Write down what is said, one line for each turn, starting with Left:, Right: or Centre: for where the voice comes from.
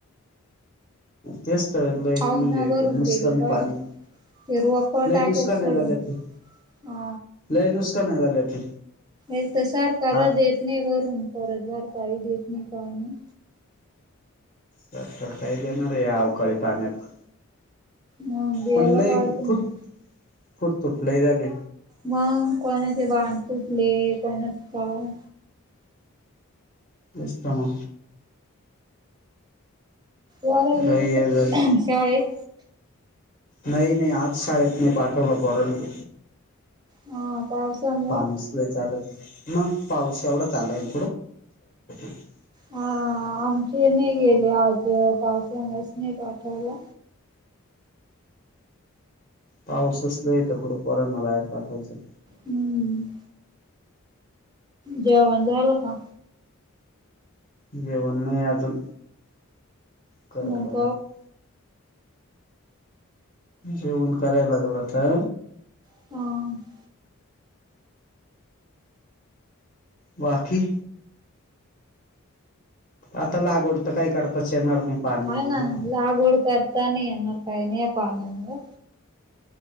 Left: तेच तर लई
Right: अहना
Left: म्हणजे
Right: भरून
Left: नुसकान
Right: गेली काब.
Left: पाणी
Right: एर वाप
Left: लय
Right: टाकेल्
Left: नुकसान
Right: सोड.
Left: झाल्या ती
Right: हा
Left: लय नुकसान झाल्या ती
Right: एक तर सारखाच
Left: हा
Right: येत. ने वरून परतवार काळी देत नाही काय नाही.
Left: तर तर काही देणार या अवकाळी पाण्यात.
Right: मग द्यायला
Left: पण लय
Right: पाहिजे
Left: फुट
Right: ना.
Left: फुटतुट लय झाले.
Right: मग कोणाचे बाध सुटले कोणाचे काय?
Left: इतम.
Right: वगिक
Left: लय हे झालं
Right: शलेेट.
Left: नाही नाही आज शाळेत नाही पाठवलं पॉरनी.
Right: ह! पाऊसान.
Left: पाणीच लई चालत, मग पाऊस केवढ चाललय <unintelligible>
Right: हा आमची ही नाही गेली आज, पावसामुळेच नाही पाठवलं.
Left: पाऊसच लई आहे तर कुड पोरांना बाहेर पाठायचं?
Right: हम्म. जेवण झालं का?
Left: जेवण नाही अजून. करायला
Right: मग
Left: लागलं जेवण कराय लागलो आता.
Right: ह.
Left: बाकी? आता लागवड तर काही करताच शेणार नाही. पाणी
Right: होय
Left: म्हणजे
Right: ना, लागवड करता नाही येणार काही नाही या पाण्यामुळ.